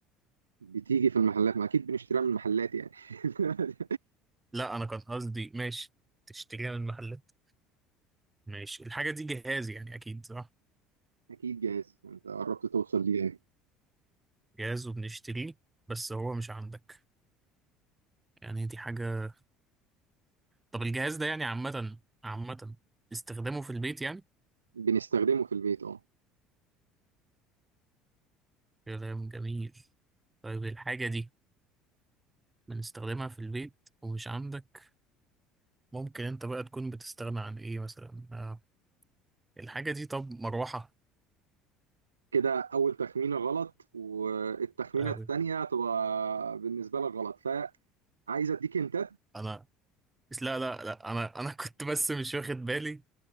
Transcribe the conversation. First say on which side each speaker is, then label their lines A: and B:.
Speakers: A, on the right; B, on the right.
A: بتيجي في المحلات ما اكيد بنشتريها من المحلات يعني <laughs>
B: لا أنا كان قصدي ماشي تشتريها من المحلات ماشي الحاجة دي جهاز يعني أكيد صح
A: اكيد جاهز انت قربت توصل ليه يعني.
B: جهاز وبنشتريه بس هو مش عندك يعني دي حاجة طب الجهاز ده يعني عامة عامة استخدامه في البيت يعني
A: بنستخدمه في البيت اه
B: كلام جميل طيب الحاجة دي بنستخدمها في البيت ومش عندك ممكن انت بقى تكون بتستغنى عن ايه مثلا آه، الحاجة دي طب مروحة
A: كده اول تخمينه غلط والتخمينه
B: أوي
A: التانيه هتبقى بالنسبه لك غلط فعايز اديك انت
B: انا بس لا لا لا انا انا <laughs> كنت بس مش واخد بالي